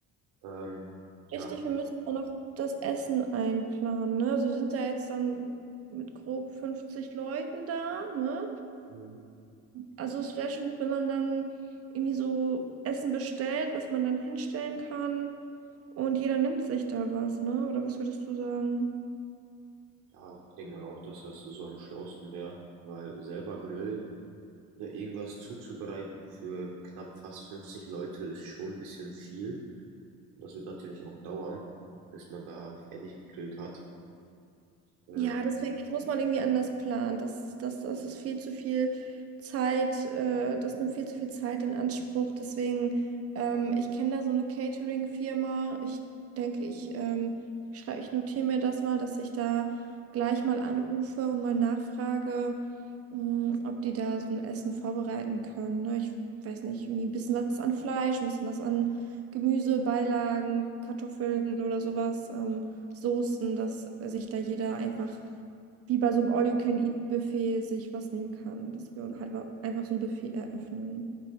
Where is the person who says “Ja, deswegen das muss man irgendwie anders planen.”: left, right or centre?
Right